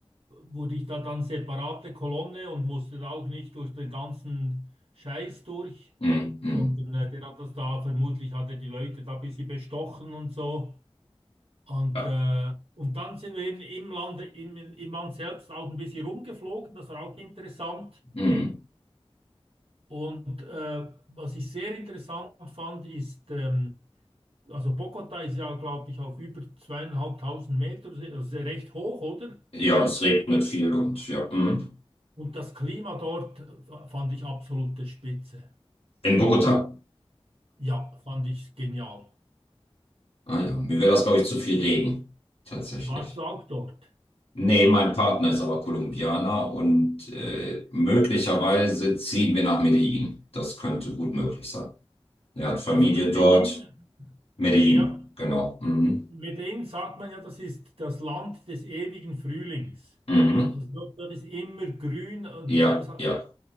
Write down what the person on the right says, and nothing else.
wurde ich da dann separate Kolonne und musste da auch nicht durch den ganzen Scheiß durch,
sondern
äh, der hat das da, vermutlich hat er die Leute da ein bisschen bestochen und so. Und,
äh, und dann sind wir eben im Land, im, im Land selbst auch ein bisschen rumgeflogen, das war auch interessant.
Und äh, was ich sehr interessant fand, ist, ähm, also Bogota ist ja, glaube ich, auf über zweieinhalbtausend Meter, also recht hoch, oder?
Und das Klima dort äh, fand ich absolute Spitze.
Ja, fand ich genial.
Warst du auch dort?
Also Medellin,
ja,
Medellin sagt man ja, das ist das Land des ewigen Frühlings.
Also dort, dort ist immer grün und
das hat,